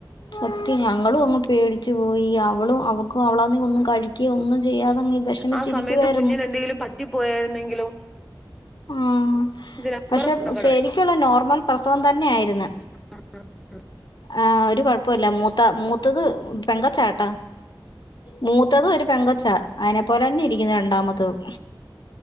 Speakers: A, on the left; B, in the centre.
A: സത്യം ഞങ്ങളും അങ്ങ് പേടിച്ചു പോയി അവളും അവൾക്ക്‌ അവളാ ഒന്നും കഴിക്കെ ഒന്നും ചെയ്യാതങ്ങ് വിഷമിച്ചിരിക്കുവായിരുന്നു
B: ആ സമയത്ത് കുഞ്ഞിന് എന്തെങ്കിലും പറ്റിപ്പോയാരുന്നെങ്കിലോ
A: ആ
B: ഇതിനപ്പുറം
A: പക്ഷെ
B: സങ്കടമായി
A: ശരിക്കുള്ള നോർമൽ പ്രസ വം തന്നെ ആയിരുന്ന്
B: ആ ആ ആ
A: ആ ഒരു കുഴപുല്ല മൂത്ത മൂത്തത് പെങ്കൊച്ചാട്ടോ മൂത് തും ഒരു പെങ്കൊച്ച അയിനെ പോലെ തന്നെ ഇരിക്കുന്നു രണ്ടാമത്തതും